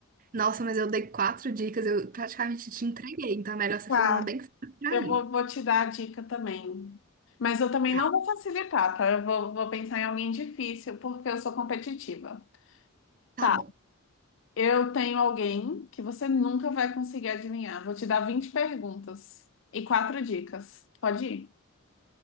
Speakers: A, on the right; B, on the left.
A: Nossa, mas eu dei quatro dicas, eu praticamente te entreguei, então é melhor você
B: Tá.
A: fazer uma bem simples pra
B: Eu
A: mim.
B: vou, vou te dar a dica também. Mas eu também
A: Tá,
B: não vou facilitar, tá? Eu vou, vou pensar em alguém difícil, porque eu sou competitiva.
A: tá
B: Tá,
A: bom.
B: eu tenho alguém que você nunca vai conseguir adivinhar. Vou te dar vinte perguntas e quatro dicas. Pode ir?